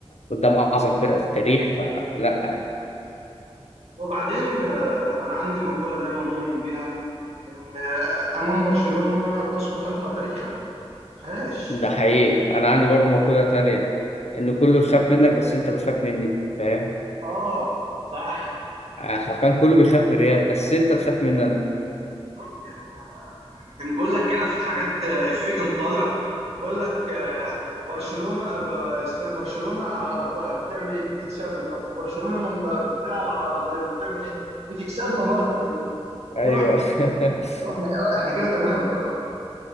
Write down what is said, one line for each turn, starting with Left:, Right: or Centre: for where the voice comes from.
Left: فقدام أعظم فرقة في التاريخ فلا
Right: وبعدين آه، أنا عندي مقولة دايما مؤمن بيها إن آه، أمام برشلونة تسقط أنت وتاريخك ما فيهاش
Left: ده حقيقي انا عندي برضو مقولة تانية ان كله يخاف منك بس انت بتخاف مني فاهم
Right: آه صح
Left: آه، حرفيا كله بيخاف من ريال بس انت تخاف مني انا
Right: بالظبط يعني ما يعني كان بيقول لك كده في حاجات آه، افيه كان طالع بيقول لك آه، برشلونة ب- است- برشلونة على ارضها بتعمل ايه بتكسبنا طب وبرشلونة لما بتلعب على ارضنا بتعمل ايه بتكسبنا برضه يعني فبقول
Left: ايوه
Right: له احنا كده تمام
Left: <laughs>
Right: لو احنا اه احنا كده تمام اللي هو